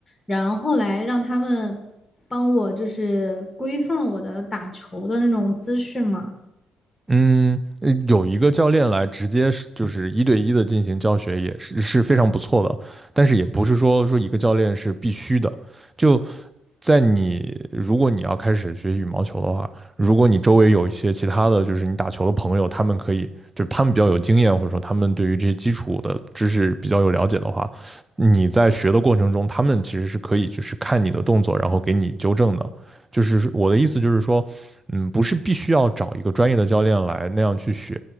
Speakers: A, on the left; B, on the right.
A: 然后来让他们帮我就是规范我的打球的那种姿势嘛。
B: 嗯，呃有一个教练来直接是就是一对一的进行教学也是是非常不错的，但是也不是说说一个教练是必须的。就在你如果你要开始学羽毛球的话，如果你周围有一些其他的就是你打球的朋友，他们可以就是他们比较有经验，或者说他们对于这些基础的知识比较有了解的话，你在学的过程中，他们其实是可以就是看你的动作，然后给你纠正的。就是我的意思就是说。嗯，不是必须要找一个专业的教练来那样去学，